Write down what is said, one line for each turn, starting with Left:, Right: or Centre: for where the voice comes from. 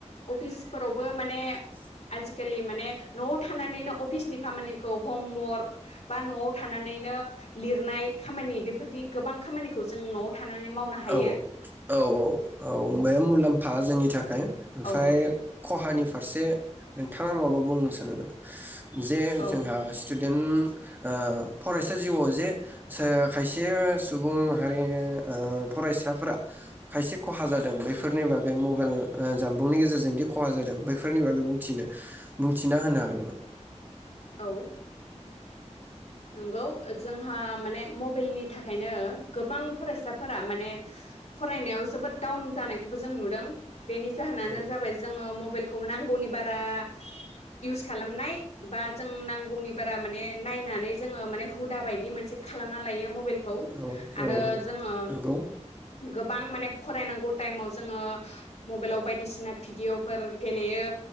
Left: अफिसफोरावबो माने
Right: <inaudible>
Left: आजिखालि माने न'आव थानानैनो अफिसनि खामानिखौ हमवर्क बा न'आव थानानैनो लिरनाय खामानि बेफोरदि गोबां खामानिखौ जों न'आव थानानै मावनो हायो
Right: औ औ औ औ बेयो मुलाम्फा जोंनि थाखाय ओमफ्राय
Left: औ औ
Right: खहानि फारसे नोंथाङा माबा बुंनो सानो नामा? जे
Left: औ
Right: जोंहा स्टु डेन्ट ओ फरायसा जिउआव जे खायसे सुबुं माहारि ओ फरायसाफोरा खायसे खहा जादों बैफोरनि बागै मबेइल ओ जामबुंनि गेजेरजों दि खहा जादों बैफोरनि बागै बुंथिनो बुंथिना होनो हागोन नामा?
Left: औ नंगौ जोंहा माने मबेइलनि थाखायनो गोबां फरायसाफोरा माने फरायनायाव जोबोद डाउन जानायखौबो जों नुदों। बेनि जाहोनानो
Right: औ
Left: जाबाय जोङो मब बेलखौ नांगौनि बारा इउस खालामनाय बा गौनि बारा माने नायनानै जोङो माने हुदा बायदि मोनसे खालामना लायो मबेलखौ
Right: औ
Left: आरो
Right: औ
Left: जोङो
Right: नंगौ औ
Left: गोबां माने फरायनांगौ टाइमाव जोङो मबेलाव बायदिसि ना भिदिअफोर गेलेयो